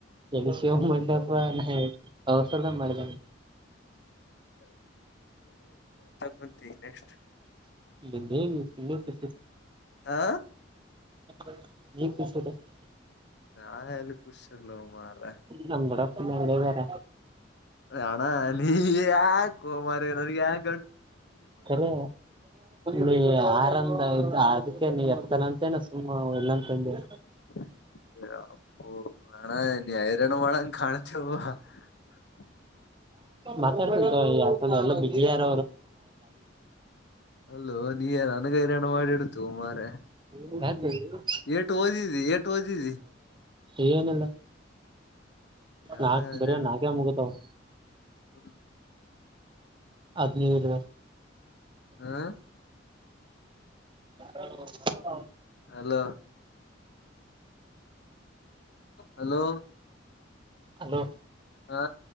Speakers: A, on the right; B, on the left.
A: ಎಲ್ಲಿ ಶಿವ ಮಂಟಪ ಅವಸರದ ಮಾಡಿದಾನೆ
B: <unintelligible> <unintelligible>
A: <unintelligible>
B: ಆ
A: <unintelligible>
B: ನಾ ಎಲ್ಲಿ ಖುಷ್ ಇರ್ಲೋ ಮಾರಾಯ
A: ನಮ್ ದೊಡ್ಡಪ್ಪನ ಅಂಗಡಿಗಾರ
B: ಅಣ ನೀ ಯಾಕೋ ಮಾರಾಯ ನನಗೆ ಯಾಕ್
A: ಕರೆ ನೀ ಯಾರ <unintelligible> ನೀ ಎತ್ತನ ಅಂತೇನ ಸುಮ್ಮ್ ಇಲ್ಲಂತಂದ್ಯಾ
B: <unintelligible> <unintelligible>
A: ಮಾತಾಡ್ತತನ್ ತುಗೋ ಯಾಕಂದ್ರ ಎಲ್ಲ ಬಿಜಿ ಯಾರ
B: ಅಲ್ಲೂ ನೀ ನನಗ ಹೈರಾಣ ಮಾಡಿಡ್ತೀಯೋ ಮಾರಾಯ
A: <unintelligible>
B: ಏಟು ಓದಿದಿ ಏಟು ಓದಿದಿ
A: ಏನಿಲ್ಲ
B: ಎಲ್ಲ
A: ನಾಕ್
B: ಅದೇಣ
A: ಬರೆ ನಾಕೆ ಮುಗದಾವು
B: <inaudible>
A: ಅಗ್ನಿ ವೀರ
B: ಹಾ
A: ಹ
B: ಹಲೋ ಹಲೋ
A: ಅಲೋ
B: ಹಾ